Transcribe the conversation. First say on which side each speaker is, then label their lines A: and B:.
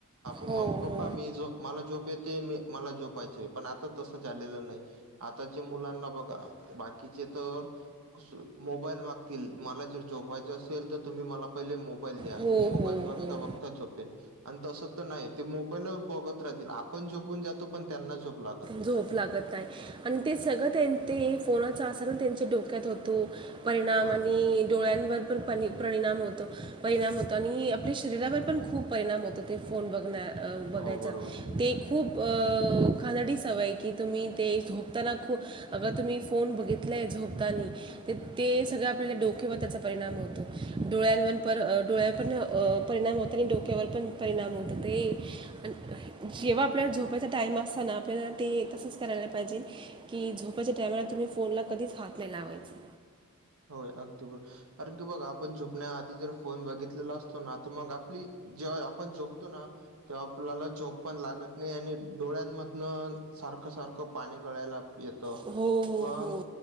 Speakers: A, on the right; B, on the right.
A: मम्मी
B: हो
A: पप्पा
B: हो
A: मी झोप झोप येत मला झोपायचंय पण आता तसं झालेलं नाही. आताचे मुलांना बघा बाकीचे तर मोबाईल मागतील मला जर जोपायच असेल तर तुम्ही मला पहि मोबाईल द्या
B: हो
A: मी
B: हो
A: मोबाईल
B: हो
A: बघता
B: हो
A: बघता झोपेन आणि तसं तर नाही ते मोबाईल बत बघत राहतील आपण झोपून जातो पण त्यांना झोप लागतच
B: झोप लागत नाही. अन सगळं त्यांचे त्या फोनचा असर त्यांच्या डोक्यात होतो परिणाम
A: बरोबर.
B: आणि डोळ्यांवर पण प परिणाम होतो परिणाम होतो आणि आपल्या शरीरावर पण खूप परिणाम होतो ते फोन बघण्या अ बघायच
A: हो, बरोबर आहे.
B: ते खूप खनडी सवय की तुम्ही ते झोपताना खू अगर तुम्ही फोन बघितलाय झोपताना ते सगळं आपल्याला डोक्यावर त्याचा परिणाम होतो डोळ्यांवर प डोळ्यावर पण अ परिणाम होत आणि डोक्यावर पण परिणाम होत ते आणि जेव्हा आपल्याला झोपायचा टाइम असताना आपल्याला ते तसंच करायला पाहिजे की झोपाच्या टायमाला फळ तुम्ही फोनला कधीच हात नाही लावायचा.
A: होय अगदी बरोबर. कारण की बघ आपण झोपण्या आधी जर फोन बघितलेला असतो ना तर मग आपली जेव्हा आपण झोपतो ना तेव्हा आपल्याला झोप पण लागत नाही आणि डोळ्यांमधन सारखं सारखं पाणी गळायला येत
B: हो, हो,
A: मग
B: हो.